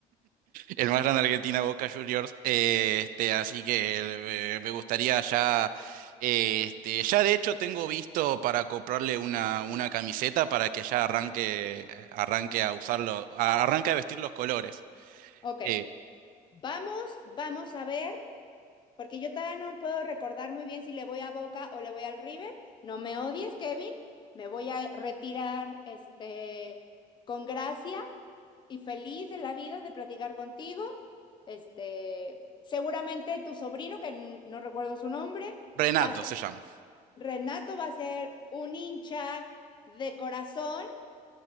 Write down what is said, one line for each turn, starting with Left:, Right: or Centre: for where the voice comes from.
Right: El más grande de Argentina, Boca Juniors. eh, este, así que eh, me gustaría ya. eh, este, ya de hecho tengo visto para comprarle una, una camiseta para que ya arranque, arranque a usarlo, a- arranque a vestir los colores.
Left: Ok,
Right: Eh,
Left: vamos, vamos a ver, porque yo todavía no puedo recordar muy bien si le voy a Boca o le voy al River. No me odies, Kevin. Me voy a retirar este, con gracia y feliz de la vida de platicar contigo. Este, seguramente tu sobrino, que n- no recuerdo su nombre,
Right: Renato
Left: va a ser,
Right: se llama.
Left: Renato va a ser un hincha de corazón